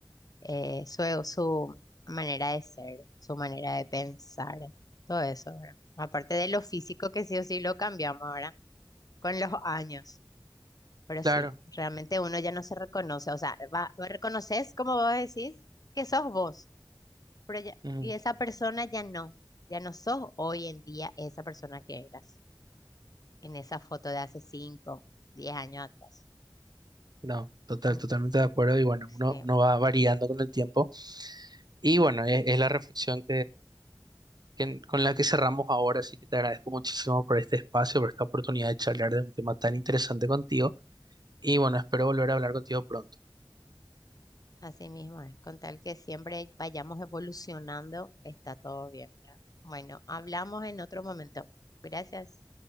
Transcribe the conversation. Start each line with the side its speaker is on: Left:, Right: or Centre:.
Left: eh, su, su manera de ser, su manera de pensar, todo eso, ¿verdad? Aparte de lo físico que sí o sí lo cambiamos, ¿verdad? Con los años, pero
Right: claro.
Left: sí, realmente uno ya no se reconoce, o sea, va, reconoces, como vos decís, que sos vos. Pero ya,
Right: Ujú.
Left: y esa persona ya no, ya no sos hoy en día esa persona que eras en esa foto de hace cinco diez años atrás.
Right: No, total,
Left: Mm,
Right: totalmente de acuerdo. Y bueno,
Left: Sí,
Right: uno, uno va variando con el tiempo. Y bueno, es, es la reflexión que- con la que cerramos ahora, así que te agradezco muchísimo por este espacio, por esta oportunidad de charlar de un tema tan interesante contigo y bueno, espero volver a hablar contigo pronto.
Left: así mismo es. Con tal que siempre vayamos evolucionando, está todo bien, ¿verdad? Bueno, hablamos en otro momento. Gracias.